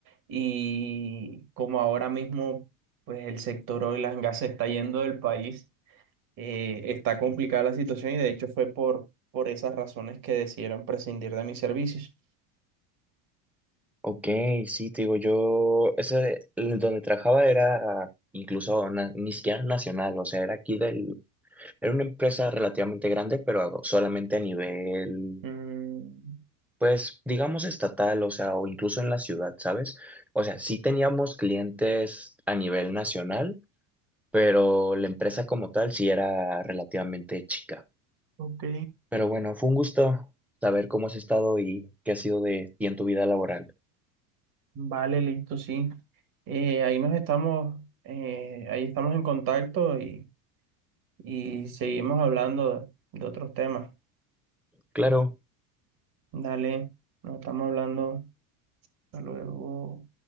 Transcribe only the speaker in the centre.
ok, sí, te digo, yo, ese, el donde trabajaba era incluso na- ni siquiera nacional, o sea, era aquí del, era una empresa relativamente grande, pero solamente a nivel,
pues, digamos estatal, o sea, o incluso en la ciudad, ¿sabes? O sea, sí teníamos clientes a nivel nacional, pero la empresa como tal sí era relativamente chica.
Pero bueno, fue un gusto saber cómo has estado y qué ha sido de ti en tu vida laboral.
Claro.